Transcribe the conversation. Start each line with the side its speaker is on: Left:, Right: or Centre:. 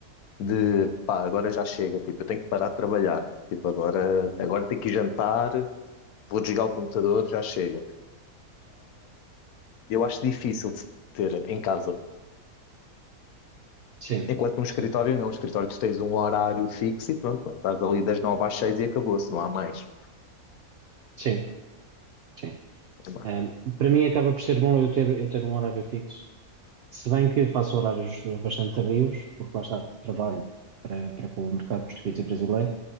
Left: de, pá, agora já chega, tipo, eu tenho que parar de trabalhar, tipo, agora, agora tenho que ir jantar, vou desligar o computador, já chega. Eu acho difícil de se ter em casa.
Right: Sim,
Left: Enquanto num escritório,
Right: percebo.
Left: não. No escritório, tu tens um horário fixo e pronto, bem, estás ali das nove às seis e acabou-se, não há mais.
Right: Sim, sim.
Left: É má.
Right: Ahm, para mim acaba por ser bom eu ter, eu ter um horário fixo, se bem que faço horários bastante tardios, porque lá está, trabalho para, para com o mercado português e brasileiro.